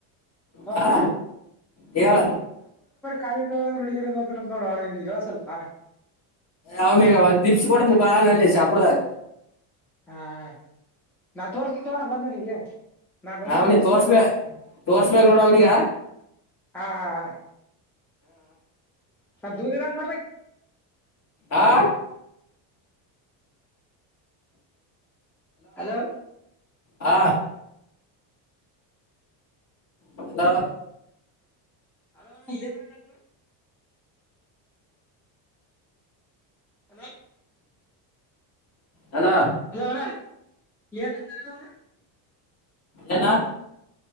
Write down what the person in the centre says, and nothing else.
ಅಣ್ಣ
ಕಾಲಿ ಅ್ರ ಹುಡುಗಿಯರಿಂದತ ನೋಡುವ ಇವ್ನಿಗೆ ಹೇಳ ಸ್ವಲ್ಪ
ಹ್ ನಾ ತೋರ್ನ ತಗೋಣ ಬಂದನಿಗೆ ನಾ ಬಂದಾಗ
ತೋರ್ಸನ
ತೋಗನಿಗೆ
ಹಾ ಹ ಸ್ವಲ್ ದೂರ ಇರಂಗ ಮಾಡ್ಬೇಕ
ಹಲೋ
ಹಲೋ ಏನಂದದ ಬ್ರೋ ಹಲೋ
ಅಲೋ ಅಣ್ಣ ಏನಂದಣ